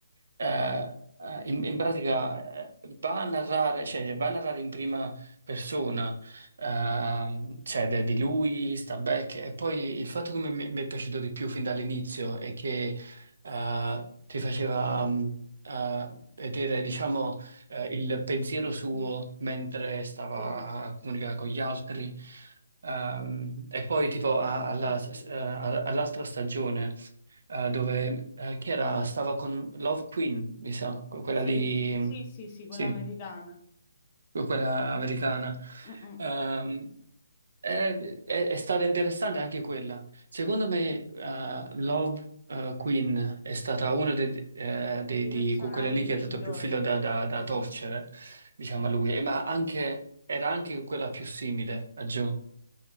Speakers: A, on the right; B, on the left.
A: eh, eh, in, in pratica eh, va a narrare, cioè, va a narrare in prima persona, ehm, cioè de- di lui, sta Beck, e poi il fatto che mi, mi- mi è piaciuto di più fin dall'inizio è che eh, ti faceva... mh, eh, vedere, diciamo, eh, il pensiero
B: Mhm.
A: suo mentre stava
B: Sì,
A: a comunicare con gli altri, Ehm, e poi tipo a- alla-
B: sì, sì.
A: s- eh, all- all'altra stagione eh, dove eh, chi era? Stava con Love Queen, mi sa, que- quella
B: Sì,
A: lì,
B: sì,
A: mm,
B: sì, sì, quella
A: sì,
B: americana.
A: que- quella americana.
B: Mm, mm.
A: Ehm, è, è- è stata interessante anche quella. Secondo me eh, Love eh, Queen è stata una de- eh, de-
B: I
A: di
B: personaggi
A: que- quelle lì che
B: migliori.
A: ha dato più filo da, da- da
B: Sì,
A: torcere, diciamo
B: sì.
A: a lui, E ma anche, era anche quella più simile a Joe,